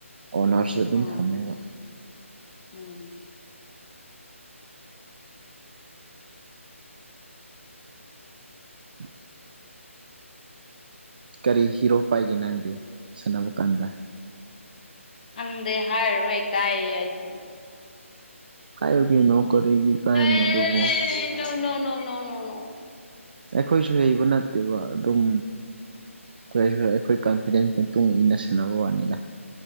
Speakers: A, on the right; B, on the left.
A: ꯑꯣꯅ꯭ꯔꯁꯇꯥ ꯑꯗꯨꯝ
B: ꯎꯝ
A: ꯊꯝꯃꯦꯕ
B: ꯎꯝ
A: ꯎꯝ ꯀꯔꯤ ꯍꯤꯔꯣ ꯄꯥꯏꯒꯦ ꯅꯪꯗꯤ ꯁꯥꯟꯅꯕ ꯀꯥꯟꯗ
B: ꯈꯪꯗꯦ ꯍꯥꯏꯔꯔꯣꯏ ꯏꯀꯥꯏꯌꯦ ꯑꯩꯗꯤ
A: ꯍꯥꯏꯔꯣ ꯀꯩꯅꯣ ꯀꯔꯤꯒꯤ ꯏꯀꯥꯏꯕꯅꯣ
B: ꯑꯦ
A: ꯑꯗꯨꯕꯣ
B: ꯅꯣ ꯅꯣ ꯅꯣ ꯅꯣ ꯅꯣ ꯅꯣ ꯅꯣ
A: ꯑꯩꯈꯣꯏꯁꯨ ꯍꯩꯕ ꯅꯠꯇꯦꯕ ꯑꯗꯨꯝ ꯑꯩꯈꯣꯏ ꯑꯩꯈꯣꯏ ꯑꯩꯈꯣꯏ ꯀꯟꯐꯤꯗꯦꯟꯁ ꯃꯇꯨꯡ ꯏꯟꯅ ꯁꯟꯅꯕ ꯋꯥꯅꯤꯗ